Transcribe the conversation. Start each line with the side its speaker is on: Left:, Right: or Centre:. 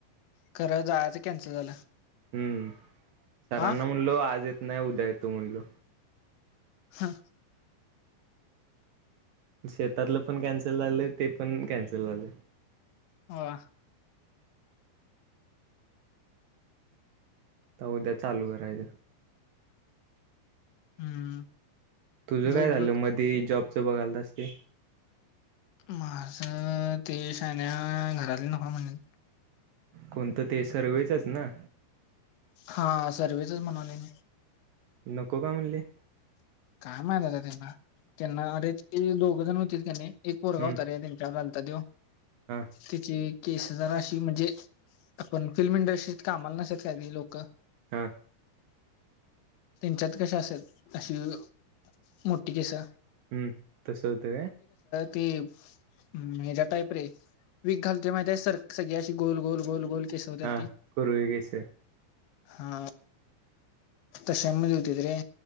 Left: खरं जायचं तर कॅन्सल झालं.
Right: हम्म सरांना
Left: हा
Right: म्हणलो आज येत नाही उद्या येतो म्हणलो.
Left: हा.
Right: शेतातलं पण कॅन्सल झालं ते पण कॅन्सल झालं.
Left: वा.
Right: तर उद्या चालू करायचं.
Left: हम्म.
Right: तुझं काय
Left: बघ
Right: झालं
Left: बघ
Right: मध्ये जॉबच बघायलतास ते?
Left: माझ ते शाण्या घरातले नका म्हणलेत.
Right: कोणतं ते सर्वेचच ना?
Left: हा सर्वे चच म्हणाले म
Right: नको का म्हणली?
Left: काय माहित आता त्यांनला त्यांना अरे ते दोघ जण होती की नाही एक पोरगा
Right: हम्म
Left: होता रे त्यांच्यावर आता देव
Right: हा
Left: तिची केस जरा अशी म्हणजे आपण फिल्म इंडस्ट्रीत कामाला नसेत काय ती लोक
Right: हा.
Left: त्यांच्यात कशा असेल अशी मोठी केसं
Right: हम्म तसं होतं काय?
Left: ते हच्या टाईप रे वीक घालत माहिती सर सगळी अशी गोल गोल गोल गोल केस होत्या
Right: हा
Left: ती
Right: कुरळी केस.
Left: हा तशा मध्ये होती रे.